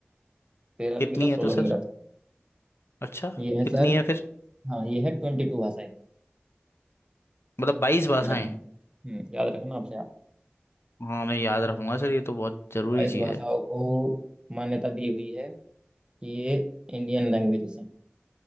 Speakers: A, on the right; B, on the left.
A: तेरह
B: कितनी
A: भी गलत सोलह
B: है तो
A: भी
B: सर
A: गलत
B: अच्छा
A: ये है
B: कितनी
A: सर
B: है फिर
A: हाँ ये है ट्वेंटी टू भाषाएं
B: मतलब बाईस भाषाएं
A: याद रखना हम्म याद रखना आपसे आप
B: हाँ मैं याद रखूंगा सर ये तो बहुत जरूरी
A: बाईस
B: चीज़
A: भाषाओं
B: है
A: को मान्यता दी हुई है कि ये इंडियन लैंग्वेजेस हैं